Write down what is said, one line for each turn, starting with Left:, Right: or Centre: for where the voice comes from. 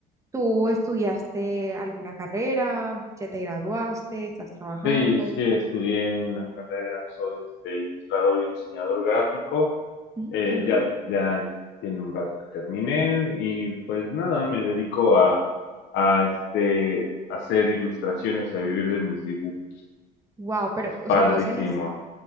Right: ¿Tú estudiaste alguna carrera? ¿Ya te graduaste? ¿Estás trabajando?
Left: Sí, sí, estudié una carrera, soy este, ilustrador y diseñador gráfico.
Right: Mm,
Left: Eh,
Right: qué bien.
Left: ya, ya tiene un rato que terminé y pues nada, me dedico a, a este, hacer ilustraciones y a vivir de mis dibujos.
Right: Wow, pero,
Left: Es
Right: o
Left: padrísimo.
Right: sea, tú haces